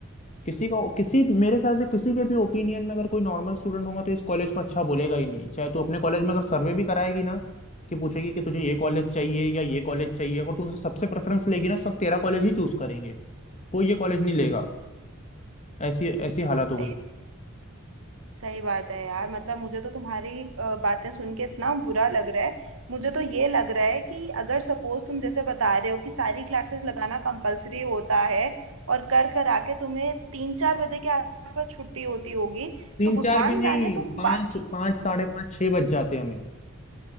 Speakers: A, on the left; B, on the right.
A: किसी का किसी मेरे ख्याल से किसी के भी ओपिनियन में अगर कोई नॉर्मल स्टूडेंट होगा तो इस कॉलेज को अच्छा बोलेगा ही नहीं चाहे तू अपने कॉलेज में अगर सर्वे भी कराएगी ना कि पूछेगी कि तुझे ये कॉलेज चाहिए या ये कॉलेज चाहिए अगर तू उनसे सबसे प्रेफरेंस लेगी ना तो सब तेरा कॉलेज ही चूज करेंगे कोई ये कॉलेज नहीं लेगा ऐसी ऐसी हालत हो
B: सही
A: गई
B: सही बात है यार मतलब मुझे तो तुम्हारी अ, बातें सुन के इतना बुरा लग रहा है मुझे तो ये लग रहा है कि अगर सपोज तुम जैसे बता रहे हो कि सारी क्लासेस लगाना कंपलसरी होता है और कर कर आके तुम्हें तीन चार बजे के आसपास छुट्टी होती होगी
A: तीन
B: तो भगवान
A: चार भी नहीं
B: जाने तुम
A: पाँच
B: बाकी
A: पाँच साढ़े पाँच छह बज जाते हैं हमें